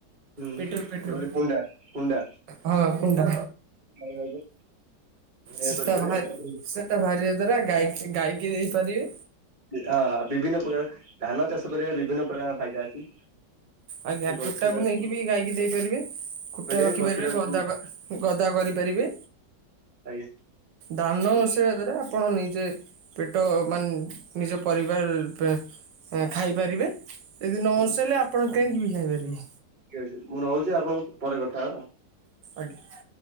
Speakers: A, on the right; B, on the right.
A: ହୁଁ
B: ପେଟ୍ରୋଲ ପେଟ୍ରୋଲ
A: ଯେପରି କୁଣ୍ଡା କୁଣ୍ଡା
B: ହଁ କୁଣ୍ଡା
A: ଆପଣ
B: ସେଟା
A: ଏୟା କରିପାରିବେ।
B: ବାହାରି <unintelligible> ବାହାରିବା ଦ୍ଵାରା ଗଈ ଗାଈକି ଦେଇପାରିବେ।
A: ଆ ବିଭିନ୍ନ ପ୍ରକାର ଧାନ ଚାଷ କରିବା ବିଭିନ୍ନ ପ୍ରକାର ଫାଇଦା ଅଛି।
B: ଆଜ୍ଞା
A: ସେ ଗଛଟାକୁ
B: କୁଟାକୁ ନେଇକି ବି ଗାଈକି ଦେଇପାରିବେ, କୁଟା
A: କରିବେ
B: ରଖିପାରିବେ
A: ଗଛଟାକୁ
B: ଗଦା ଗଦା କରିପାରିବେ।
A: ଆଜ୍ଞା
B: ଧାନ
A: ହୁଁ
B: ଉଁସେଇବା ଦ୍ୱାରା ଆ ପଣ ନିଜେ ପେଟ ମାନେ ନିଜ ପରିବାର ପ ଏ ଖାଇପାରିବେ। ଯଦି ନ
A: ହୁଁ
B: ଉଁସେଇଲେ ଆପଣ କିଣିକି ବି ଖାଇପାରିବେ।
A: ଠିକ୍ ଅଛି ମୁଁ ରହୁଚି, ଆପଣଙ୍କ ପରେ କଥା ହବା ଆଉ।
B: ଆଜ୍ଞା।